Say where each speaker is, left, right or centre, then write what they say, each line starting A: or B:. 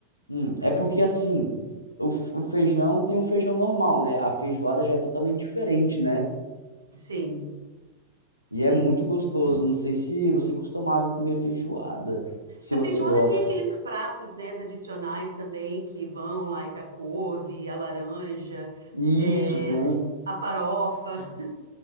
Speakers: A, on the left; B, on the right.
A: hum, é porque assim, o, f- o feijão tem um feijão normal, né? A feijoada já é totalmente diferente, né?
B: sim, sim.
A: E é muito gostoso. Não sei se você costumava comer feijoada, se
B: A
A: você
B: feijoada
A: gosta.
B: tem aqueles pratos, né, adicionais também que vão, like a couve, a laranja,
A: Isso,
B: é,
A: tem.
B: a farofa.